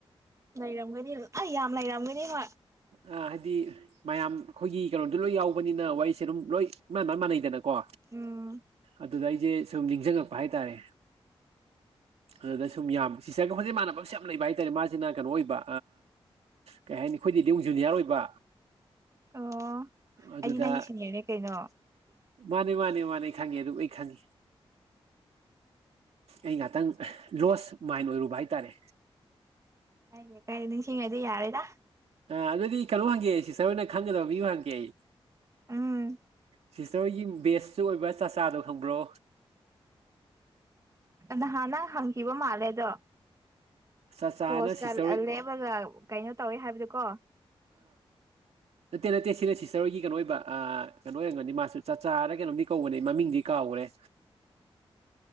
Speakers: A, on the right (about 30°); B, on the right (about 80°).
A: ꯂꯩꯔꯝꯒꯅꯤ ꯑꯩ ꯌꯥꯝ ꯂꯩꯔꯝꯒꯅꯤ ꯍꯣꯏ
B: ꯑ ꯍꯥꯏꯗꯤ ꯃꯌꯥꯝ ꯑꯩꯈꯣꯏꯒꯤ ꯀꯩꯅꯣꯝꯗꯣ ꯂꯣꯏ ꯌꯥꯎꯕꯅꯤꯅ ꯋꯥꯔꯤꯁꯦ ꯑꯗꯨꯝ ꯂꯣꯏ ꯏꯥꯟꯅꯕ ꯃꯥꯟꯅꯩꯗꯅ ꯀꯣ
A: ꯎꯝ
B: ꯑꯗꯨꯗ ꯑꯩꯁꯦ ꯁꯨꯝ ꯅꯤꯡꯁꯤꯡꯉꯛꯄ ꯍꯥꯏꯇꯥꯔꯦ ꯑꯗꯨꯗ ꯁꯨꯝ ꯌꯥꯝꯃꯦ ꯁꯤꯁꯇꯔꯒ ꯍꯧꯖꯤꯛ ꯃꯥꯟꯅꯕꯁꯨ ꯌꯥꯝ ꯂꯩꯕ ꯍꯥꯏꯇꯥꯔꯦ ꯃꯥꯁꯤꯅ ꯀꯩꯅꯣ ꯑꯣꯏꯕ ꯀꯩ ꯍꯥꯏꯅꯤ ꯑꯩꯈꯣꯏꯗꯤꯗꯤꯝ ꯖꯨꯅꯤꯌꯥꯔ ꯑꯣꯏꯕ
A: ꯑꯣ
B: ꯑꯗꯨꯗ
A: ꯑꯩꯗꯤ ꯅꯪꯒꯤ ꯁꯤꯅꯤꯌꯔꯅꯦ ꯀꯩꯅꯣ
B: ꯃꯥꯅꯤ ꯃꯥꯅꯤ ꯃꯥꯅꯤ ꯈꯪꯉꯦ ꯑꯗꯨ ꯏꯈꯪꯒꯤ ꯑꯩ ꯉꯥꯛꯇꯪ ꯂꯣꯁ ꯃꯥꯏꯟ ꯑꯣꯏꯔꯨꯕ ꯍꯥꯏꯇꯥꯔꯦ
A: ꯀꯥꯏꯗꯦ ꯀꯥꯏꯗꯦ ꯅꯤꯡꯁꯤꯤꯡꯗꯤ ꯌꯥꯔꯦꯗ
B: ꯑ ꯑꯗꯨꯗꯤ ꯈꯜꯂꯨ ꯍꯪꯒꯦ ꯁꯤ ꯁꯔꯣꯏꯅ ꯈꯪꯒꯗꯕ ꯃꯤꯕꯨ ꯍꯪꯒꯦ ꯑꯩ
A: ꯎꯝ
B: ꯁꯤꯁꯇꯔꯒꯤ ꯕꯦꯁꯁꯨ ꯑꯣꯏꯕ ꯆꯥꯛꯆꯥꯗꯣ ꯈꯪꯕ꯭ꯔꯣ
A: ꯅꯍꯥꯟꯅ ꯍꯪꯈꯤꯕ ꯃꯥꯜꯂꯦꯗꯣ
B: ꯆꯥꯆꯥꯅ
A: ꯄꯣꯁꯀ
B: ꯁꯤꯁꯇꯔ ꯍꯣꯏ
A: ꯂꯦꯞꯄꯒ ꯀꯩꯅꯣ ꯇꯧꯋꯤ ꯍꯥꯏꯕꯗꯨꯀꯣ
B: ꯅꯠꯇ ꯅꯠꯇꯦ ꯁꯤꯗꯦ ꯇꯆꯔꯒꯤ ꯀꯩꯅꯣ ꯑꯣꯏꯕ ꯑ ꯀꯩꯅꯣ ꯑꯣꯏꯔꯝꯒꯅꯤ ꯃꯥꯁꯨ ꯆꯥꯛꯆꯥꯔ ꯀꯩꯅꯣꯝꯗꯤ ꯀꯧꯕꯧꯅꯤ ꯃꯃꯤꯡꯗꯤ ꯀꯥꯎꯈꯔꯦ